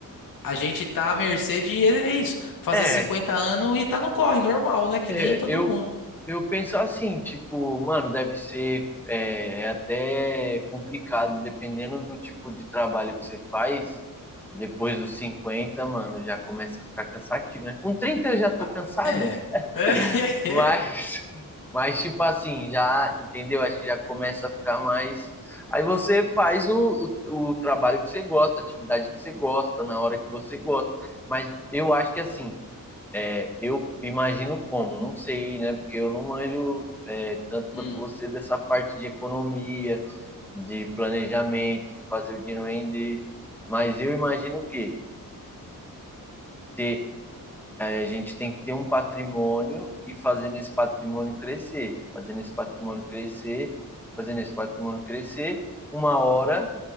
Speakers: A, on the left; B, in the centre.
A: a gente tá à mercê de, é é isso, fazer
B: É,
A: 50 anos e tá no corre, normal, né? Que
B: é,
A: nem todo
B: eu,
A: mundo.
B: Eu penso assim, tipo, mano, deve ser é, é até complicado, dependendo do tipo de trabalho que você faz. Depois dos cinquenta mano, já começa a ficar cansativo, né? Com 30 eu já tô
A: Ah,
B: cansado,
A: É. <laughs>
B: <laughs> mas, mas tipo assim, já, entendeu? Acho que já começa a ficar mais. Aí você faz o, o, o trabalho que você gosta, a atividade que você gosta, na hora que você gosta. Mas eu acho que assim, é, eu imagino como, não sei, né? Porque eu não manjo é, tanto quanto
A: É.
B: você dessa parte de economia, de planejamento, de fazer o dinheiro render. Mas eu imagino que ter, é, a gente tem que ter um patrimônio e fazendo esse patrimônio crescer, fazendo esse patrimônio crescer, fazendo esse patrimônio crescer. Uma hora